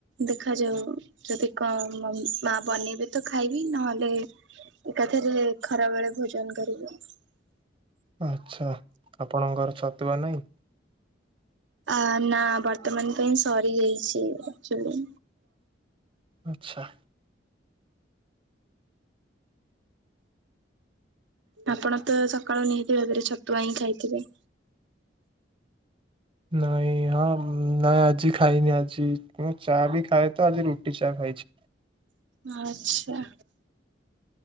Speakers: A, on the right; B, on the right.
A: ଦେଖାଯାଉ ଯଦି କଣ। ମା ବନେଇବେ ତ ଖାଇବି, ନହେଲେ ଏକାଥରେ ଖରାବେଳେ ଭୋଜନ କରିବି। ଁ <inaudible>
B: ଆଚ୍ଛା, ଆପଣଙ୍କର ଛତୁଆ ନାଇଁ।
A: ଆ, ନା ବର୍ତ୍ତମାନ ପାଇଁ ସରି ଯାଇଛି ଆକଚୁଲି।
B: ଆଚ୍ଛା।
A: ଆପଣ ତ ସକାଳୁ ନିହାତି ଭାବରେ ଛତୁଆ ହିଁ ଖାଇଥିବେ?
B: ନାଇଁ, ହଁ ନାଁ ଆଜି ଖାଇନି ଆଜି ମୁଁ ଚା ବି ଖାଏ ତ, ଆଜି ରୁଟି ଚା ଖାଇଛି।
A: ଆଚ୍ଛା।